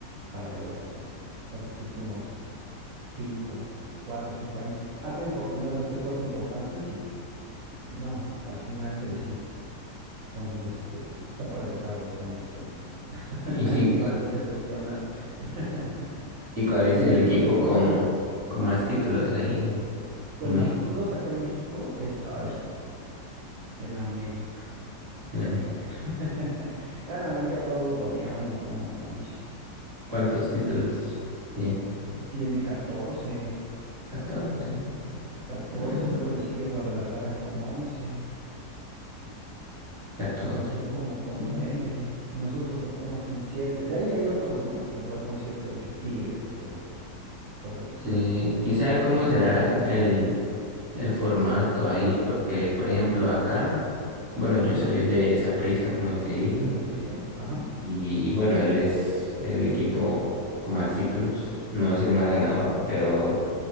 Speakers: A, on the right (about 65°); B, in the centre.
A: para llorar. Estos últimos cinco, cuatro, cinco años ha tenido oportunidades de hacer cosas importantes y no, al final se desinfla. Entonces, este, está para llorar ahorita mis Pumas. <laughs>
B: <laughs> ¿Y,
A: Igual decepcionan. <laughs>
B: y cuál es
A: Sí,
B: el
A: y tú,
B: equipo
A: el tuyo
B: con,
A: con,
B: con más títulos ahí en,
A: con
B: en México?
A: más títulos acá en México es, ay, el América.
B: En la América.
A: <laughs> En América todos lo odiamos, no manches.
B: ¿Cuántos títulos tiene?
A: Tiene catorce,
B: catorce
A: catorce.
B: mm,
A: luego le sigue el Guadalajara con 11,
B: 14.
A: Cruz Azul como con
B: mm.
A: 9. nosotros los Pumas tienen 7. de ahí hay otros, ¿no? Que igual con 7, 8. Tigres, León, Toluca,
B: Sí, quién sabe
A: pero
B: cómo
A: no son
B: será
A: tan populares.
B: el, el formato ahí, porque, por ejemplo, acá, bueno, yo
A: Ajá,
B: soy de Saprissa, como te dije,
A: de Saprissa, ajá,
B: y bueno, él es el equipo con más títulos, no voy a decir más ganador,
A: ok,
B: pero